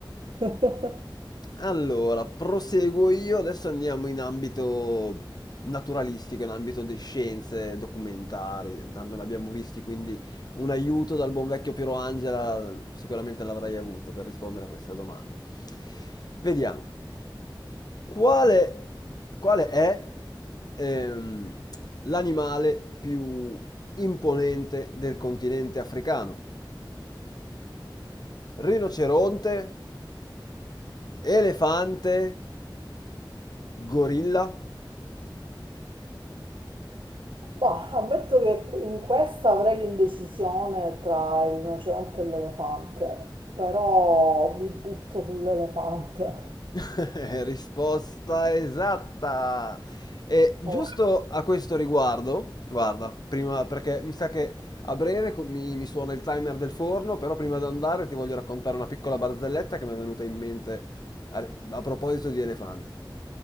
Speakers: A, on the right; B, on the left.
A: <laughs>
B: Allora, proseguo io, adesso andiamo in ambito naturalistico, in ambito di scienze documentari, tanto ne abbiamo visti, quindi un aiuto dal buon vecchio Piero Angela sicuramente l'avrei avuto per rispondere a questa domanda. Vediamo, quale, quale è ehm, l'animale più imponente del continente africano? Rinoceronte, elefante, gorilla?
A: Bah, ammetto che in questa avrei l'indecisione tra il rinoceronte e l'elefante, però mi butto sull'elefante.
B: <laughs> Risposta esatta! E giusto
A: <laughs> Ok.
B: a questo riguardo, guarda, prima perché mi sa che a breve co- mi, mi suona il timer del forno, però prima di andare ti voglio raccontare una piccola barzelletta che mi è venuta in mente a, a proposito di elefanti.